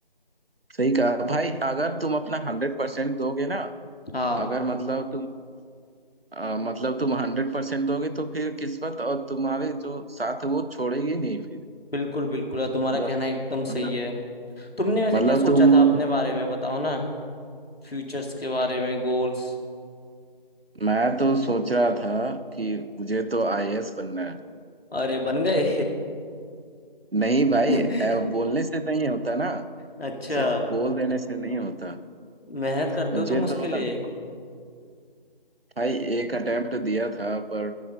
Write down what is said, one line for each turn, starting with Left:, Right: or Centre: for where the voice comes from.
Right: सही कहा भाई अगर तुम अपना हंड्रेड परसेंट दोगे ना
Left: हाँ
Right: अगर मतलब तुम अ, मतलब तुम हंड्रेड परसेंट दोगे तो फिर किस्मत और तुम्हारे जो साथ है वो छोड़ेगी नहीं फिर
Left: बिल्कुल बिल्कुल यार, तुम्हारा
Right: मतलब
Left: कहना एकदम सही
Right: मतलब
Left: है तुमने वैसे
Right: मतलब
Left: क्या सोचा
Right: तुम नहीं
Left: था अपने बारे में बताओ ना फ्यूचर्स के बारे में गोल्स
Right: मैं तो सोच रहा था कि मुझे तो आईएएस बनना है
Left: अरे बन गए
Right: नहीं भाई
Left: <laughs>
Right: ए, बोलने से नहीं होता ना
Left: अच्छा
Right: सिर्फ बोल देने से नहीं होता
Left: मेहनत करते
Right: मुझे
Left: हो तुम उसके
Right: तो ना
Left: लिए
Right: भाई एक अटेम्प्ट दिया था पर